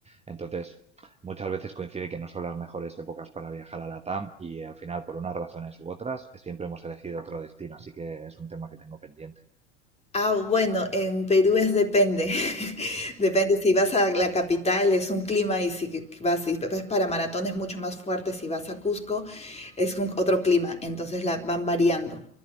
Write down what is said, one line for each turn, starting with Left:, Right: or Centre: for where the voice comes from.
Right: Entonces, muchas veces coincide que no son las mejores épocas para viajar a la TAM y al final, por unas razones u otras, siempre hemos elegido otro destino, así que es un tema que tengo pendiente.
Left: Ah, bueno, en Perú es depende. <laughs> Depende si vas a la capital es un clima y si que- que vas, si vas para maratón es mucho más fuerte, si vas a Cusco es un- otro clima, entonces la van variando.